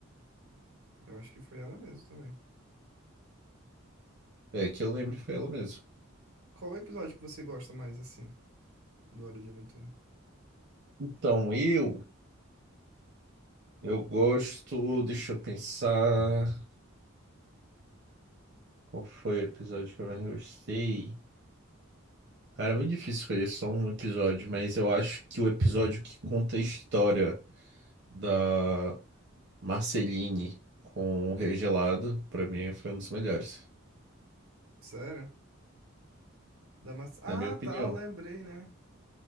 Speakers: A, on the right (about 80°); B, on the right (about 55°).
A: Eu acho que foi ela mesmo também.
B: É, que eu lembro foi ela mesma.
A: Qual o episódio que você gosta mais, assim, do Hora de Aventura?
B: Então, eu eu gosto, deixa eu pensar, qual foi o episódio que eu mais gostei? Cara, é muito difícil escolher só um episódio, mas eu acho que o episódio que conta a história da Marceline com o Regelado, pra mim, foi um dos melhores,
A: Sério? Da maçã. Ah,
B: na minha opinião.
A: tá, eu lembrei, né?